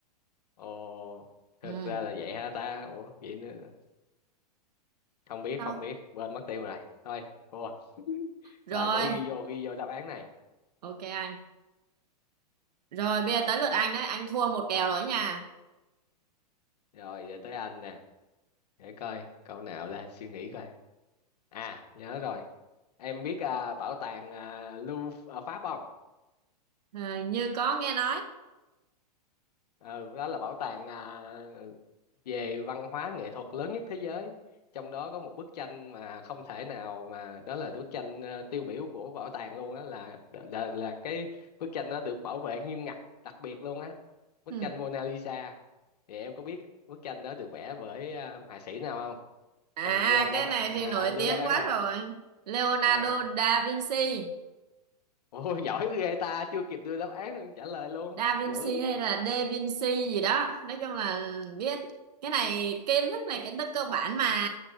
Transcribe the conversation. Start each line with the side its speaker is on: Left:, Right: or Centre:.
Left: ồ thực
Right: ừ
Left: ra là vậy ha ta ủa vậy nữa không biết
Right: Sao?
Left: không biết quên mất tiêu rồi thôi thua
Right: rồi
Left: rồi để ghi vô ghi vô đáp án này
Right: ok anh rồi bây giờ tới lượt anh đấy anh thua một kèo rồi nha
Left: rồi giờ tới anh nè để coi câu nào là suy nghĩ coi à nhớ rồi em biết à, bảo tàng à, Louvre ở Pháp không?
Right: Ờ, như có nghe nói
Left: Ừ, đó là bảo tàng à, về văn hóa nghệ thuật lớn nhất thế giới. Trong đó có một bức tranh mà không thể nào mà đó là bức tranh à, tiêu biểu của bảo tàng luôn á là, là là cái bức tranh nó được bảo vệ nghiêm ngặt đặc biệt luôn á. Bức
Right: ừ.
Left: tranh Mona Lisa. Thì em có biết bức tranh đó được vẽ bởi à, họa sĩ nào không?
Right: à
Left: Cần đưa anh đáp
Right: cái này
Left: á- à,
Right: thì nổi
Left: đưa
Right: tiếng
Left: đáp án
Right: quá
Left: không?
Right: rồi Leonardo
Left: À,
Right: da Vinci
Left: ôi giỏi ghê ta chưa kịp đưa đáp án trả lời luôn
Right: da Vinci
Left: dữ
Right: hay là Da Vinci gì đó nói chung là biết cái này kiến thức này kiến thức cơ bản mà